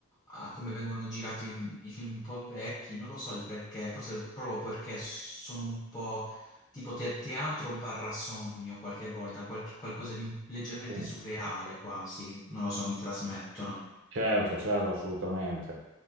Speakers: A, on the left; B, on the right.
A: a come vengono girati i film un po' vecchi, non lo so il perché, forse proprio perché sono un po' tipo te- teatro barra sogno qualche volta, qualche- qualcosa di un- leggermente
B: sì.
A: surreale quasi, non lo so, mi trasmettono.
B: certo, certo, assolutamente.